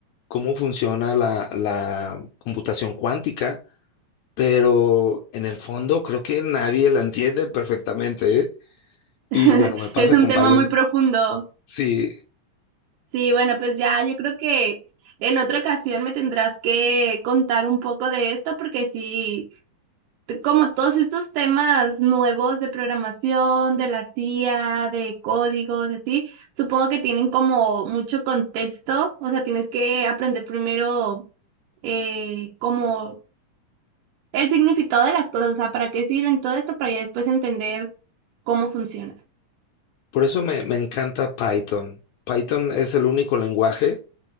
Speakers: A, on the left; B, on the right.
A: cómo funciona la, la computación cuántica pero en el fondo creo que nadie la entiende perfectamente, ¿eh?
B: <laughs>
A: Y bueno, me pasa
B: Es un
A: con
B: tema
A: varios,
B: muy profundo.
A: sí,
B: Sí, bueno, pues ya yo creo que en otra ocasión me tendrás que contar un poco de esto porque sí, t- como todos estos temas nuevos de programación, de la CIA, de códigos, y así, supongo que tienen como mucho contexto, o sea, tienes que aprender primero eh, como el significado de las cosas, o sea, para qué sirven todo esto, para ya después entender cómo funciona.
A: por eso me, me encanta Python. Python es el único lenguaje